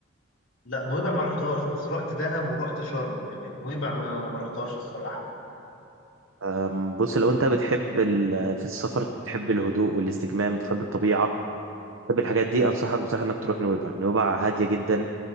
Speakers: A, on the left; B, on the right.
A: لا نويبع ما رحتهاش بس رحت دهب ورحت شرم يعني نويبع ما ما رحتهاش الصراحة
B: أم، بص لو انت بتحب ال- في السفر بتحب الهدوء والاستجمام بتحب الطبيعة بتحب الحاجات دي انصحك بصراحة انك تروح نويبع نويبع هادية جدا